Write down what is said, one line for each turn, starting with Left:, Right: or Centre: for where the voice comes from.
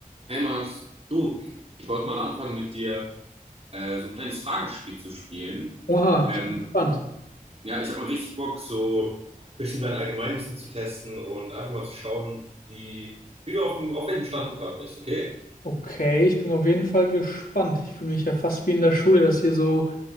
Right: Hey Max, du, ich wollte mal anfangen mit dir äh, so ein kleines Fragespiel zu spielen.
Left: Oha,
Right: Ähm,
Left: ich bin gespannt.
Right: ja, ich habe mal richtig Bock, so ein bisschen dein Allgemeinwissen zu testen und einfach mal zu schauen, wie, wie du auf, dem, auf welchem Stand du gerade bist, okay?
Left: Okay, ich bin auf jeden Fall gespannt. Ich fühle mich ja fast wie in der Schule, dass hier so